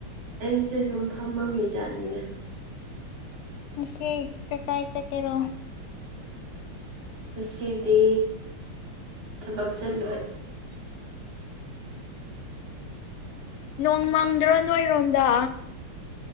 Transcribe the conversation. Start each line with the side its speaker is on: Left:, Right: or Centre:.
Right: ꯑꯩꯁꯦ ꯁꯨꯝ ꯐꯝꯃꯝꯃꯤꯖꯥꯠꯅꯤꯅꯦ
Left: ꯁ ꯀ ꯀꯥꯏ ꯆ ꯀꯦꯔꯣ
Right: ꯉꯁꯤꯗꯤ ꯊꯕꯛ ꯆꯜꯂꯣꯏ
Left: ꯅꯣꯡ ꯃꯪꯗ꯭ꯔꯣ ꯅꯣꯏꯔꯣꯝꯗ